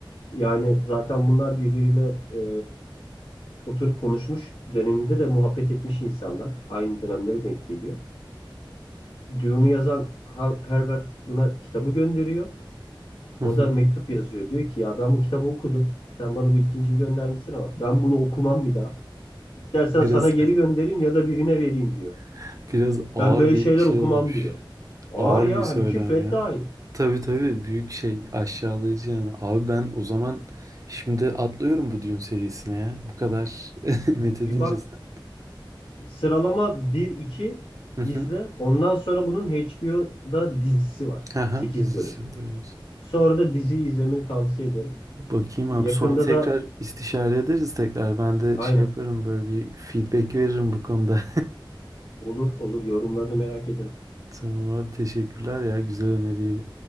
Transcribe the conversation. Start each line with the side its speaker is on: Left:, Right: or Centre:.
Left: Yani zaten bunlar birbiriyle e, oturup konuşmuş döneminde de muhabbet etmiş insanlar. Aynı dönemlere denk geliyor. Dune'u yazan Ha- Herbert buna kitabı gönderiyor.
Right: <laughs>
Left: O da mektup yazıyor. Diyor ki ya ben bu kitabı okudum. Sen bana bu ikinciyi göndermişsin ama ben bunu okumam bir daha. İstersen
Right: Biraz
Left: sana geri göndereyim ya da birine vereyim diyor.
Right: <laughs> biraz ağır
Left: Ben böyle
Right: bir
Left: şeyler
Right: şey
Left: okumam
Right: olmuş.
Left: diyor. Ağır
Right: Ağır
Left: ya
Right: bir söylem
Left: hani küfret
Right: ya.
Left: daha iyi.
Right: Tabii tabii büyük şey aşağılayıcı yani. Abi ben o zaman şimdi atlıyorum bu Dune serisine ya. Bu kadar <laughs> methedince
Left: Bir bak
Right: sen.
Left: sıralama bir iki
Right: Hı hı.
Left: izle. Ondan sonra bunun HBO'da dizisi var.
Right: Haha,
Left: sekiz
Right: dizisi.
Left: bölüm.
Right: Evet.
Left: Sonra da diziyi izlemeni tavsiye ederim.
Right: Bakayım
Left: Yakında
Right: abi sonra tekrar
Left: da
Right: istişare ederiz tekrar. Ben de
Left: aynen
Right: şey yaparım böyle bir feedback veririm bu konuda.
Left: olur olur yorumlarını merak ederim.
Right: <laughs> Tamam abi teşekkürler ya güzel öneriyi.